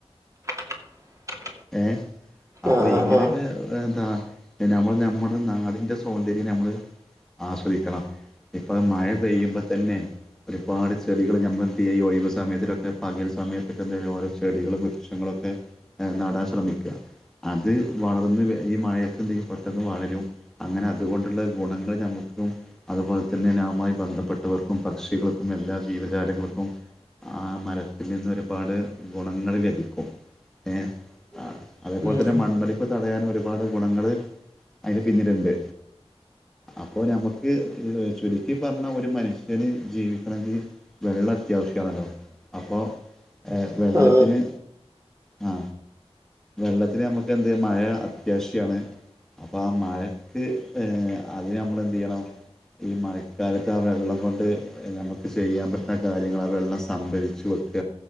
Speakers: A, on the right; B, in the centre.
A: <inaudible>
B: ഏ അപ്പൊ
A: ആ ആ
B: ഇങ്ങനെയൊക്കെ
A: ആ
B: ന്താ നമ്മൾ നമ്മുടെ നാടിൻ്റെ സൗന്ദര്യം നമ്മള് ആസ്വദിക്കണം ഇപ്പള് മഴ പെയ്യുമ്പോ തന്നെ ഒരുപാട് ചെടികള് ഞമ്മള് ഈ <unintelligible> സമയത്തിലൊക്കെ പകൽ സമയത്തൊക്കെ എന്തെലും ഓരോ ചെടികളും വൃക്ഷങ്ങളും ഒക്കെ എ നടാൻ ശ്രമിക്ക അത് വളർന്ന് വെ ഈ മഴത്ത് എന്തെയ്യും പെട്ടെന്ന് വളരും അങ്ങനെ അതുകൊണ്ടുള്ള ഗുണങ്ങൾ ഞമ്മക്ക് <unintelligible> അതുപോലെ തന്നെ നാമായി ബന്ധപ്പെട്ടവർക്കും പക്ഷികൾക്കും എല്ലാ ജീവജാലങ്ങൾക്കും ആ മരത്തിൽ നിന്ന് ഒരുപാട് ഗുണങ്ങൾ ലഭിക്കും ഏ ആ അതേപോലെ
A: ഉം
B: തന്നെ മണ്ണൊലിപ്പ് തടയാൻ ഒരുപാട് ഗുണങ്ങൾ അതിന് പിന്നില്ണ്ട്. അപ്പൊ ഞമക്ക് ചുരുക്കി പറഞ്ഞാ ഒരു മനുഷ്യന് ജീവിക്കണങ്കി വെള്ള വെള്ളം അത്യാവിശ്യാണല്ലോ അപ്പം ഏ വെള്ളത്തിന്
A: ആ
B: ആ വെള്ളത്തിന് ഞമ്മക്ക് എന്തയ്യ മഴ അത്യാവിശ്യാണ്. അപ്പൊ ആ മഴക്ക് ഏ അതിന് ഞമ്മളെന്തയ്യണം ഈ മഴക്കാലത്ത് ആ വെള്ളം കൊണ്ട് ഞമ്മക്ക് ചെയ്യാൻ പറ്റ്ണ കാര്യങ്ങള് ആ വെള്ളം സംഭരിച്ചു വെക്ക